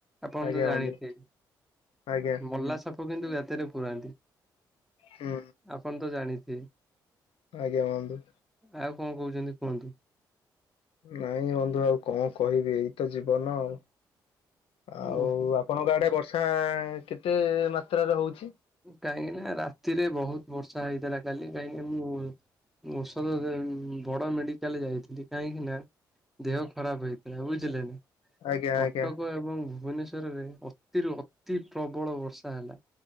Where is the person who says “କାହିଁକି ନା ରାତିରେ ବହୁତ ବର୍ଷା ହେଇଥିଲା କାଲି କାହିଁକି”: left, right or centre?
Centre